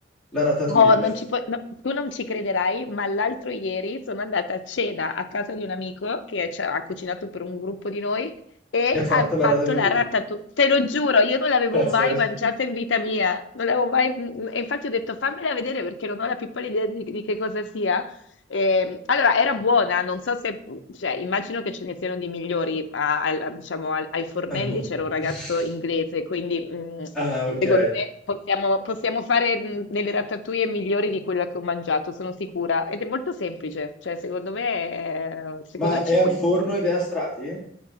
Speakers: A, in the centre; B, on the left.
A: La ratatouille.
B: Oh, non ci puoi- no, tu non ci crederai, ma l'altro ieri sono andata a cena a casa di un amico che ci ha ha cucinato per un gruppo di noi e
A: E ha fatto
B: ha
A: la
B: fatto
A: ratatouille.
B: la ratatouille. Te lo giuro, io non l'avevo
A: Pazzesco.
B: mai mangiata in vita mia, non l'avevo mai... mm, mm, E infatti ho detto fammela vedere perché non ho la pippola idea di, di che cosa sia. Ehm, allora, era buona, non so se... cioè, immagino che ce ne siano di migliori, a- al- a- diciamo, al- ai fornelli
A: Al mo-
B: c'era un ragazzo
A: <laughs>
B: inglese, quindi... mm,
A: Ah, ok.
B: Secondo me possiamo, possiamo fare mh, delle ratatouille migliori di quella che ho mangiato, sono sicura. Ed è molto semplice, cioè secondo me, eh, secondo
A: Ma
B: me
A: è
B: ci
A: al
B: puoi
A: forno
B: fare.
A: ed è a strati?